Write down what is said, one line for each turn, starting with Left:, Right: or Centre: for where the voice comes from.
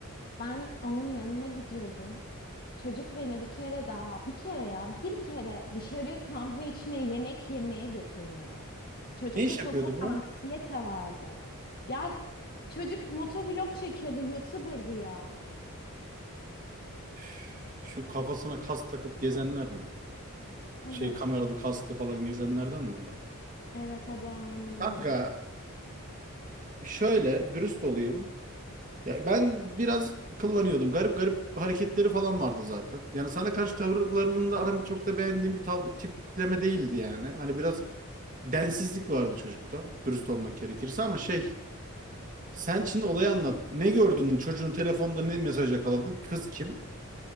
Left: ben onun yanına gidiyordum. Çocuk beni bir kere daha, bir kere ya, bir kere dışarıya kahve içmeye, yemek yemeye götürmedi. Çocukta
Right: Ne iş
Left: sosyal
Right: yapıyordu bu?
Left: anksiyete vardı. Ya çocuk motovlog çekiyordu, YouTuber'dı ya.
Right: Üf, Şu kafasına kas takıp gezenler mi? ya
Left: Evet,
Right: Şey kameralı kaslı falan gezenlerden mi bu?
Left: evet o da aynen ondan.
Right: Kanka şöyle dürüst olayım. Ya ben biraz kullanıyordum. Garip garip hareketleri falan vardı zaten. Yani sana karşı tavırlarında hani çok da beğendiğim bir tav- tipleme değildi yani. Hani biraz densizlik vardı çocukta. Dürüst olmak gerekirse ama şey sen şimdi olayı anlat. Ne gördün? Çocuğun telefonda ne mesaj yakaladın? Kız kim?